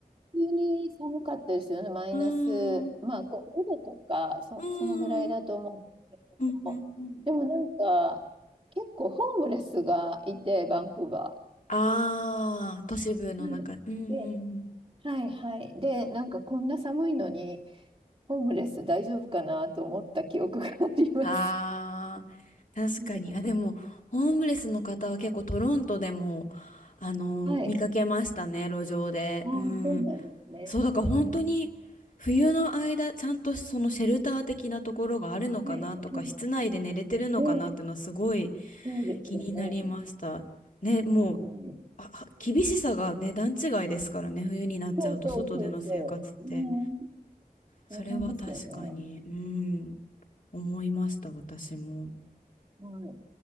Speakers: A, on the right (about 35°); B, on the left (about 60°).
A: 急に寒かったですよね、マイナス、
B: うーん、う
A: まあ、5、度とか、そ、
B: ーん、
A: そのぐらいだと思うんですけれども、
B: うん、うん、うん。
A: でもなんか、結構ホームレスがいて、バンクーバ
B: あー、都市部の中。
A: ー。はい。
B: うん、うん、
A: で、はいはい。で、なんかこんな寒いのに、ホームレス大丈夫かなと思った記憶があります。
B: あー、
A: うん
B: 確かに。あ、でも、ホームレスの方は結構トロントでも、あの、
A: はい。
B: 見かけましたね、路上で。
A: ああ、
B: うん。
A: そうなんですね。
B: そう、だから本当に、
A: うん。
B: 冬の間、ちゃんとそのシェルター的なところがあるのかなとか、
A: はい、はい、
B: 室内で寝れてるのかなっていうのはすごい
A: はい。で、そうですよね。
B: 気になりました。ね、もう、
A: はい。
B: あ、あ厳しさがね、段違いですからね、冬になっちゃうと外での生活って。
A: そうそうそうそう。ね、
B: それは確かに、
A: 大変ですよね。
B: うん、思いました、私も。
A: はい